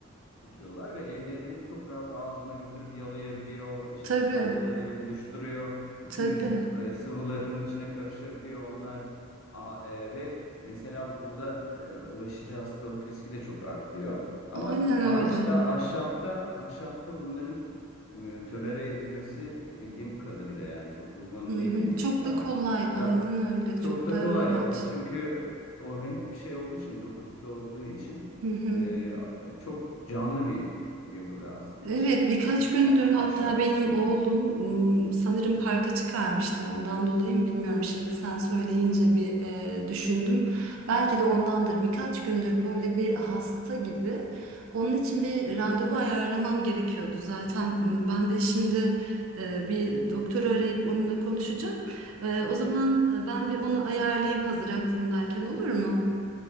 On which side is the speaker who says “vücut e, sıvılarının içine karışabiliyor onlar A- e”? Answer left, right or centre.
Left